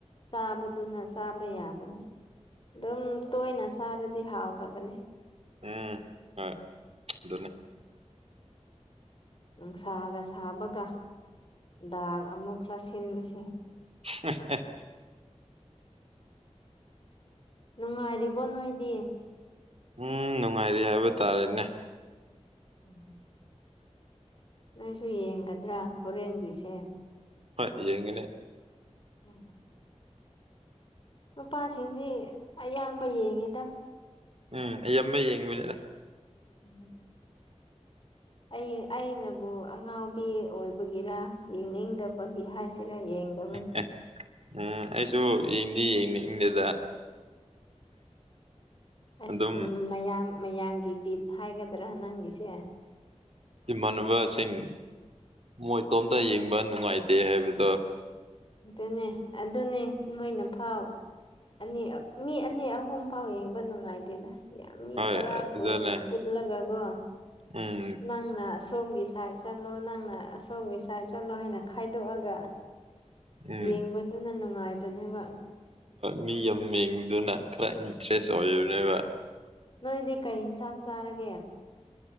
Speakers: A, on the left; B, on the right.
A: ꯆꯥꯕꯗꯨꯅ ꯆꯥꯕ ꯌꯥꯕꯅꯦ ꯑꯗꯨꯝ ꯇꯣꯏꯅ ꯆꯥꯕ ꯗꯤ ꯍꯥꯥꯎꯥꯎꯗꯕꯅꯤ
B: ꯎꯝ ꯍ ꯑꯗꯨꯟꯅ
A: ꯅꯨꯡꯁꯥꯒ ꯁꯥꯕꯒ ꯗꯥꯜ ꯑꯃꯨꯛ ꯆꯥꯁꯤꯟꯕꯁꯦ
B: ꯍꯦꯍꯦ
A: ꯅꯨꯡꯉꯥꯏꯔꯤꯕꯣ ꯅꯣꯏꯗꯤ
B: ꯎꯝ ꯅꯨꯡꯉꯥꯏꯔꯤ ꯍꯥꯏꯕ ꯇꯥꯔꯦꯅꯦ
A: ꯎꯝ ꯅꯪꯁꯨ ꯌꯦꯡꯒꯗ꯭ꯔꯥ ꯍꯣꯔꯦꯟꯒꯤꯁꯦ
B: ꯍ ꯌꯦꯅꯦ
A: ꯎꯝ ꯅꯨꯄꯥꯁꯤꯡꯗꯤ ꯑꯌꯥꯝꯕ ꯌꯦꯡꯉꯤꯗ
B: ꯎꯝ ꯑꯩꯃ ꯌꯦꯡꯉꯤꯕꯅꯤꯗ
A: ꯎꯝ ꯑꯩ ꯑꯩꯅꯕꯨ ꯑꯉꯥꯎꯕꯤ ꯑꯣꯏꯕꯒꯤꯔ ꯌꯦꯡꯅꯤꯡꯗꯕꯒꯤ ꯍꯥꯏꯁꯦ ꯁꯤꯔ ꯌꯦꯡꯗꯕꯅꯤ
B: ꯑꯦ ꯎꯝ ꯑꯩꯁꯨ ꯌꯦꯡꯗꯤ ꯌꯦꯡꯅꯤꯡꯗꯦꯗ
A: ꯑꯁꯤ
B: ꯑꯗꯨꯝ
A: ꯃꯌꯥꯝ ꯃꯌꯥꯝꯒꯤ ꯕꯤꯠ ꯍꯥꯏꯒꯗ꯭ꯔꯥ ꯅꯪꯒꯤꯁꯦ
B: ꯃꯟꯕ ꯁꯤꯡ ꯃꯣꯏꯇꯣꯝꯇ ꯌꯦꯡꯕ ꯅꯨꯡꯉꯥꯏꯇꯦ ꯍꯥꯏꯕꯗꯣ
A: ꯑꯗꯨꯅꯦ ꯑꯗꯨꯅꯦ ꯃꯣꯏꯅ ꯐꯥꯎ ꯑꯅꯤ ꯃꯤ ꯑꯅꯤ ꯑꯍꯨꯝ ꯐꯥꯎ ꯌꯦꯡꯕ ꯅꯨꯡꯉꯥꯏꯗꯦꯗ ꯌꯥꯝꯅꯤ
B: ꯍꯣꯏ
A: ꯇꯔꯥ
B: ꯑꯗꯨꯅꯦ
A: ꯀꯨꯟ ꯄꯨꯜꯂꯒꯀꯣ
B: ꯎꯝ
A: ꯅꯪꯅ ꯑꯁꯣꯝꯒꯤ ꯁꯥꯏꯠ ꯆꯠꯂꯣ ꯅꯪꯅ ꯑꯁꯣꯝꯒꯤ ꯁꯥꯏꯠ ꯆꯠꯂꯣ ꯍꯥꯏꯅ ꯈꯥꯏꯗꯣꯛꯑꯒ
B: ꯎꯝ
A: ꯌꯦꯡꯕꯗꯨꯅ ꯅꯨꯡꯉꯥꯏꯕꯅꯦꯕ
B: ꯃꯤ ꯌꯥꯝ ꯌꯦꯡꯕꯗꯨꯅ ꯈꯔ ꯏꯟꯇꯔꯦꯁ
A: ꯎꯝ
B: ꯑꯣꯏꯅꯦꯕ
A: ꯅꯣꯏꯗꯤ ꯀꯩ ꯌꯦꯟꯁꯥꯡ ꯆꯥꯔꯒꯦ